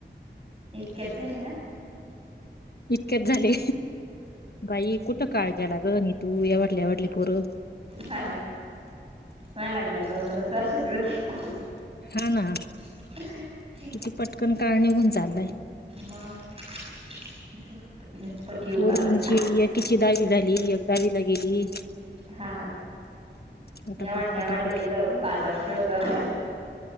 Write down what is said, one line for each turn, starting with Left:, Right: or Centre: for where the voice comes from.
Right: इतक्यात झाले ना
Left: इतक्यात झाले. बाई कुठं काळ गेला ग नीतू एवाडली एवाडली पोरं.
Right: हा ना मय लागणात दोन दोनच वर्षाची होती.
Left: हा ना
Right: <unintelligible>
Left: किती पटकन काळ निघुन चालला
Right: मग <unintelligible>
Left: पोरींची
Right: आलाय
Left: एकीची दहावी झाली एक दहावी ला गेली.
Right: हा
Left: पटापट
Right: यावडलेवडले
Left: पटापट
Right: इ बाजव- खेळत त्या